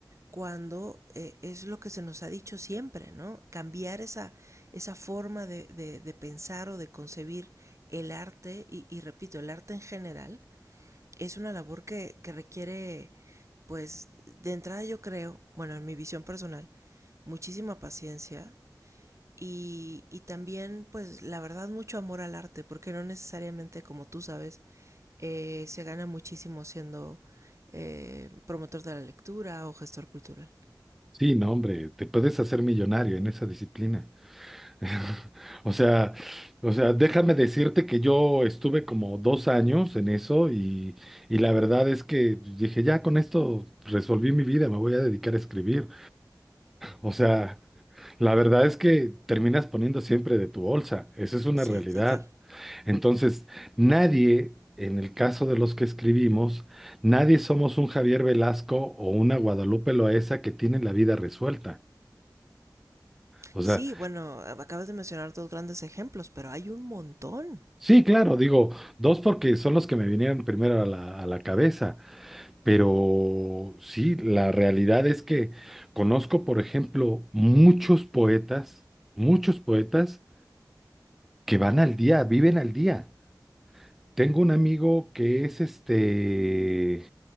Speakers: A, on the right; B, in the centre.
A: cuando eh, es lo que se nos ha dicho siempre, ¿no? Cambiar esa, esa forma de, de, de pensar o de concebir el arte, y, y, repito, el arte en general, es una labor que, que requiere, pues, de entrada yo creo, bueno, en mi visión personal, muchísima paciencia, y, y también, pues, la verdad, mucho amor al arte, porque no necesariamente, como tú sabes, eh, se gana muchísimo siendo eh, promotor de la lectura o gestor cultural.
B: Sí, no, hombre, te puedes hacer millonario en esa disciplina. <laughs> O sea, o sea, déjame decirte que yo estuve como dos años en eso y, y la verdad es que dije, ya con esto resolví mi vida, me voy a dedicar a escribir. O sea, la verdad es que terminas poniendo siempre de tu bolsa, esa es una
A: Sí,
B: realidad.
A: total.
B: Entonces, nadie, en el caso de los que escribimos, nadie somos un Javier Velasco o una Guadalupe Loaesa que tienen la vida resuelta. O
A: Sí,
B: sea,
A: bueno, acabas de mencionar dos grandes ejemplos, pero hay un montón.
B: Sí, claro, digo, dos porque son los que me vinieron primero a la, a la cabeza, pero sí, la realidad es que conozco, por ejemplo, muchos poetas, muchos poetas que van al día, viven al día. Tengo un amigo que es este,